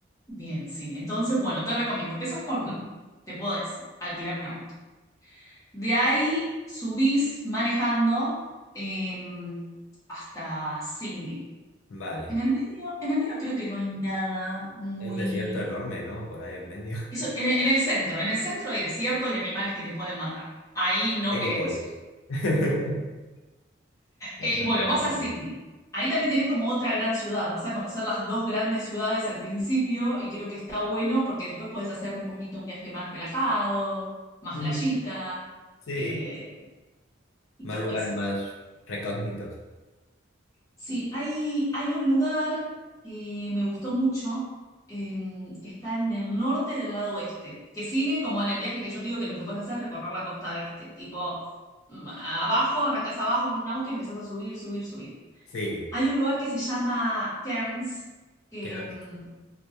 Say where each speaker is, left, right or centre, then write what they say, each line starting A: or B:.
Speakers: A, on the left; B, on the left.
A: bien, sí. Entonces, bueno, te recomiendo, empezás por mí, te podés alquilar un auto. De ahí subís manejando eh, hasta Sydney.
B: Vale.
A: En el medio, en el medio creo que no hay nada muy
B: Hay un desierto enorme, ¿no? Por ahí en medio. <laughs>
A: Eso, en, el en el centro, en el centro hay desierto y animales que te pueden matar. Ahí no
B: Ahí
A: queremos
B: no voy.
A: ir.
B: <laughs> Descartado.
A: Eh, bueno, vas a Sydney. Ahí también tenés como otra gran ciudad. Vas a conocer las dos grandes ciudades al principio y creo que está bueno porque después puedes hacer un poquito un viaje más relajado, más
B: Ujú.
A: playita
B: Sí,
A: eh, y
B: más
A: todo
B: lugares
A: eso.
B: más recógnitos.
A: Sí, hay, hay un lugar que me gustó mucho, em, que está en el norte del lado oeste, que sigue como en el viaje que yo te digo que lo que puedes hacer es recorrer la costa este, tipo mm, abajo, arrancás abajo con un auto y empezás a subir, subir, subir.
B: Sí.
A: Hay un lugar que se llama Cairns, que
B: ¿Qué más?
A: em,